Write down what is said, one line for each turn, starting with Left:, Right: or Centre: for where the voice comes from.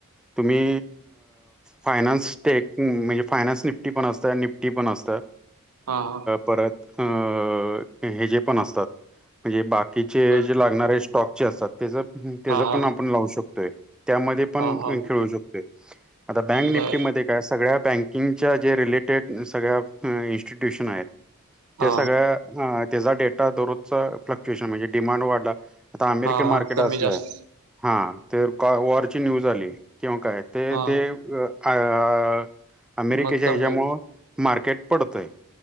Centre: तुम्ही फायनान्स टेक म्हणजे फायनान्स निफ्टी पण असता निफ्टी पण असता
Right: हा हा
Centre: परत अं! हे, जे पण असतात. म्हणजे, बाकीचे
Right: बर
Centre: जे लागणारे स्टॉक जे असतात, त्याच, त्याच
Right: हा हा
Centre: पण आपण लावू शकतोय. त्यामध्ये पण
Right: हा हा
Centre: खेळू शकतोय. आता बँक निपटीमध्ये
Right: बर
Centre: काय सगळ्या बँकिंगच्या, जे रिलेटेड सगळ्या इन्स्टिट्युशन आहेत. त्या
Right: हा
Centre: सगळ्या त्याचा, डेटा दररोजचं फ्लक्च्युएशन म्हणजे डिमांड वाढला. आता अमेरिकन
Right: हा हा
Centre: मार्केट
Right: कमी
Centre: असलं,
Right: जास्त
Centre: हा. तर वॉरची, न्यूज आली किंवा काय? ते!
Right: हा
Centre: ते! आ अमेरिकेच्या
Right: मग कमी
Centre: ह्याच्यामुळं
Right: होत
Centre: मार्केट पडतय,